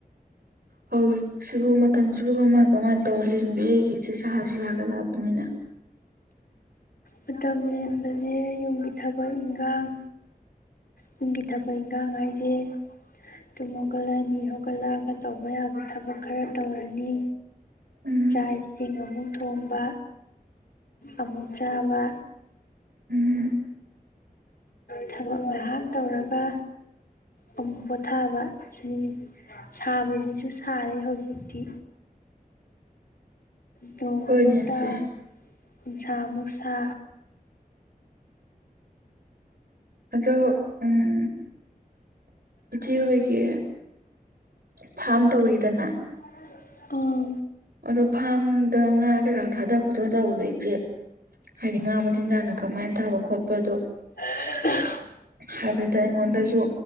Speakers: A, on the right; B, on the left.
A: ꯍꯧꯖꯤꯛꯁꯤꯕꯨ ꯃꯇꯝꯁꯤꯕꯨ ꯀꯃꯥꯏ ꯀꯃꯥꯏꯅ ꯇꯧꯔ ꯂꯤꯟꯕ ꯑꯩꯒꯤꯁꯤ ꯁꯥꯁꯨ ꯁꯥꯒꯠꯂꯛꯑꯕꯅꯤꯅ
B: ꯃꯇꯝ ꯂꯦꯟꯕꯁꯦ ꯌꯨꯝꯒꯤ ꯊꯕꯛ ꯏꯟꯈꯥꯡ ꯌꯨꯡꯒꯤ ꯊꯕꯛ ꯏꯟꯈꯥꯡ ꯍꯥꯏꯁꯦ <inaudible> ꯑꯗꯨꯨꯝ ꯍꯧꯒꯠꯂꯛꯅꯤ ꯍꯧꯒꯠꯂꯛꯑꯒ ꯇꯧꯕ ꯌꯥꯕ ꯊꯕꯛ ꯈꯔ ꯇꯧꯔꯅꯤ
A: ꯎꯝ
B: ꯆꯥꯛ ꯏꯁꯤꯡ ꯑꯃꯨꯛ ꯊꯣꯡꯕ ꯑꯃꯨꯛ ꯆꯥꯕ
A: ꯎꯝ <unintelligible> <inaudible>
B: ꯊꯕꯛ ꯉꯥꯏꯍꯥꯛ ꯇꯧꯔꯒ ꯑꯃꯨꯛ ꯄꯣꯊꯥꯕ ꯁꯤꯅꯤ ꯁꯥꯕꯁꯤꯁꯨ ꯁꯥꯔꯦ ꯍꯧꯖꯤꯛꯇꯤ ꯅꯣꯡ
A: ꯍꯣꯏꯅꯦ
B: ꯑꯃꯨꯛꯇ
A: ꯏꯆꯦ
B: ꯎꯟꯁꯥ ꯑꯃꯨꯛ ꯁꯥ
A: ꯑꯗꯣ ꯎꯝ ꯏꯆꯦꯍꯣꯏꯒꯤ ꯐꯥꯔꯝ ꯇꯧꯔꯤꯗꯅ
B: ꯑꯣ <unintelligible> <inaudible>
A: ꯑꯗꯣ ꯐꯥꯔꯝꯗ ꯉꯥ ꯀꯩꯀꯥ ꯊꯥꯗ ꯈꯣꯠꯇ ꯇꯧꯗꯣꯏꯁꯦ ꯍꯥꯏꯗꯤ ꯉꯥ ꯃꯆꯤꯟꯖꯥꯛꯅ ꯀꯃꯥꯏꯅ ꯇꯥꯕ ꯈꯣꯠꯄꯗꯣ
B: ꯍ <unintelligible> <inaudible>
A: ꯍꯥꯏꯐꯦꯠꯇ ꯑꯩꯉꯣꯟꯗꯁꯨ